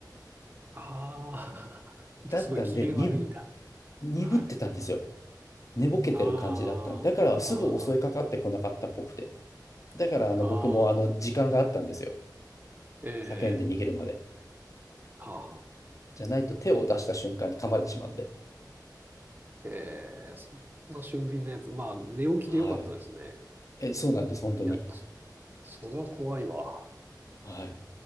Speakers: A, on the right; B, on the left.
A: ああ、<laughs> じゃあすごい機嫌悪いんだ。
B: だったんで、に、鈍ってたんですよ。
A: はい。
B: 寝ぼけてる感じだったんでだから、
A: ああ、
B: すぐ襲いかかってこなかったっぽくて。
A: ああ、
B: だからあの僕もあの時間があったんですよ。
A: ああ、え
B: 叫んで逃げるまで。
A: え、はあ、
B: じゃないと手を出した瞬間に噛まれてしまうんで。
A: ええ、そんな俊敏なやつ。まあ、寝起きでよかったですね。
B: はい。え、そうなんです、本当に。
A: いや、そそれは怖いわ。
B: はい。っ